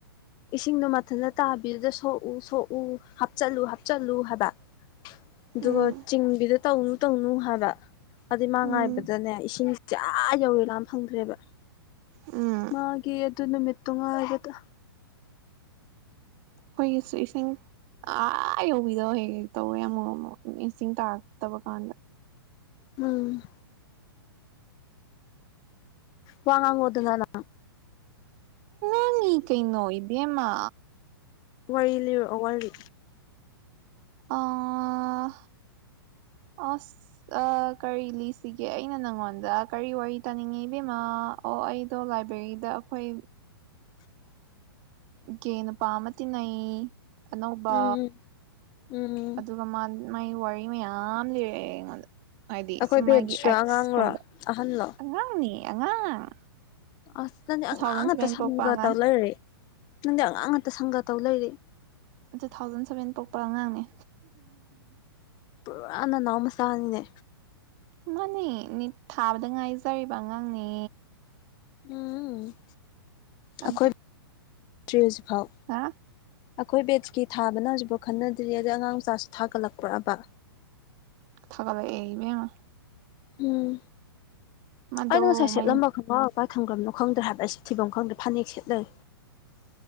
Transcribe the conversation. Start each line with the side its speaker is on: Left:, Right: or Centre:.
Left: ꯏꯁꯤꯡꯗꯣ ꯃꯊꯟꯇ ꯇꯥꯕꯤꯗꯨꯗ ꯁꯣꯛꯎ ꯁꯣꯛꯎ ꯍꯥꯞꯆꯤꯜꯂꯨ ꯍꯥꯞꯆꯜꯂꯨ ꯍꯥꯏꯕ ꯑꯗꯨꯒ
Right: ꯎꯝ
Left: ꯗ ꯇꯧꯅꯨ ꯇꯧꯅꯨ ꯍꯥꯏꯕ ꯑꯗꯨꯩ ꯃꯥ
Right: ꯎꯝ
Left: ꯉꯥꯏꯕꯗꯅꯦ ꯏꯁꯤꯡ ꯆ ꯌꯧꯔꯦ ꯂꯥꯝ ꯐꯪꯗ꯭ꯔꯦꯕ
Right: ꯎꯝ
Left: ꯃꯥꯒꯤ ꯑꯗꯨ ꯅꯨꯃꯤꯠꯇꯣ ꯉꯥꯂꯒꯗ
Right: ꯑꯩꯈꯣꯏꯒꯤꯁꯨ ꯏꯁꯤꯡ ꯑꯥ ꯌꯧꯕꯤꯗꯕ ꯍꯦꯛ ꯍꯦꯛ ꯇꯧꯋꯦ ꯑꯃꯣ ꯏꯁꯤꯡ ꯇꯥꯔꯛꯇꯕ ꯀꯥꯟꯗ
Left: ꯎꯝ ꯋꯥꯉꯉ ꯑꯣꯏ ꯑꯗꯨꯉꯗ
Right: ꯀ ꯀꯩ ꯅꯣꯏꯕꯃ
Left: ꯋꯥꯔꯤ ꯂꯤꯔꯛꯑꯣ ꯋꯥꯔꯤ
Right: ꯑꯥ
Left: <inaudible>
Right: ꯑꯁ ꯀꯔꯤ ꯂꯤꯁꯤꯒꯦ ꯑꯩꯅ ꯅꯪꯉꯣꯟꯗ ꯀꯔꯤ ꯋꯥꯔꯤ ꯇꯥꯅꯤꯡꯉꯤ ꯏꯕꯦꯝꯃꯥ ꯑꯣ ꯑꯣ ꯑꯩꯗꯣ ꯂꯥꯏꯕ꯭ꯔꯦꯔꯤꯗ ꯑꯩꯈꯣꯏ
Left: <inaudible> <inaudible>
Right: ꯏ ꯀꯦ ꯅꯨꯄꯥ ꯑꯃ ꯇꯤꯟꯅꯩ ꯑꯅꯧꯕ
Left: ꯎꯝ ꯎꯝ ꯎꯝ
Right: ꯑꯗꯨꯒ ꯃꯥꯏ ꯋꯥꯔꯤ ꯃꯌꯥꯝ ꯂꯤꯔꯛꯑꯦ ꯑꯩꯉꯣꯟꯗ ꯍꯥꯏꯗꯤ
Left: ꯑꯩꯈꯣꯏ
Right: ꯁꯨꯃꯒꯤ
Left: ꯕꯦꯠꯁꯔꯣ
Right: ꯑꯦꯛꯁ
Left: ꯑꯉꯥꯡꯔꯣ
Right: ꯀꯨꯝꯕ
Left: ꯑꯍꯟꯂꯣ
Right: ꯑꯉꯥꯡꯅꯤ ꯑꯉꯥꯡ
Left: ꯑꯁ ꯅꯪꯗꯤ
Right: ꯇꯨ
Left: ꯑꯉꯥꯡ
Right: ꯊꯥꯎꯖꯟ
Left: ꯉꯇ
Right: ꯁꯚꯦꯟ
Left: ꯁꯥꯟꯅꯒ
Right: ꯄꯣꯛꯄ ꯑꯉꯥꯡ
Left: ꯇꯧ ꯂꯩꯔꯦ ꯅꯪꯗꯤ ꯑꯉꯥꯡ ꯉꯥꯛꯇ ꯁꯪꯒꯥ ꯇꯧ ꯂꯩꯔꯤ
Right: ꯇꯨ ꯊꯥꯎꯖꯟ ꯁꯚꯦꯟ ꯄꯣꯛꯄ ꯑꯉꯥꯡꯅꯦ
Left: ꯄꯨꯔꯥ ꯅꯅꯥꯎ ꯃꯆꯥꯅꯤꯅꯦ
Right: ꯃꯥꯅꯦ ꯠ ꯊꯥꯕꯗ ꯉꯥꯏꯖꯔꯤꯕ ꯑꯉꯥꯡꯅꯦ
Left: ꯎꯝ
Right: ꯑꯗꯨ
Left: ꯑꯩꯈꯣꯏ ꯍꯧꯖꯤꯛꯐꯥꯎ
Right: ꯍꯥ
Left: ꯑꯩꯈꯣꯏ ꯕꯦꯠꯀꯤ ꯊꯥꯕꯅ ꯍꯧꯖꯤꯛꯐꯥꯎ ꯈꯟꯅꯗ꯭ꯔꯤ ꯑꯗꯩ ꯑꯉꯥꯡ ꯃꯆꯥꯁꯨ ꯊꯥꯒꯠꯂꯛꯄ꯭ꯔꯕ
Right: ꯊꯕ ꯂꯕ ꯑꯃ
Left: ꯎꯝ
Right: ꯃꯗꯣ
Left: ꯑꯩꯅ ꯉꯁꯥꯏ ꯁꯦꯠꯂꯝꯕ
Right: ꯃꯥꯏꯅ
Left: ꯈꯪꯉꯣ ꯏꯄꯥ ꯊꯪꯒ꯭ꯔꯕꯅꯣ ꯈꯪꯗ꯭ꯔꯦ ꯍꯥꯏꯕꯁꯦ ꯊꯤꯕꯝ ꯈꯪꯗ꯭ꯔꯦ ꯐꯅꯦꯛ ꯁꯦꯠꯅꯩ